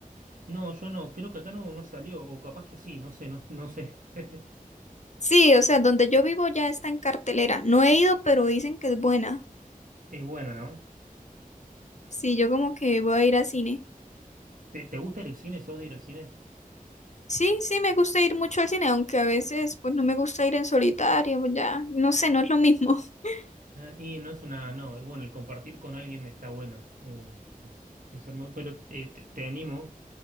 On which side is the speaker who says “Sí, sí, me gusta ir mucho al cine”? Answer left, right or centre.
Left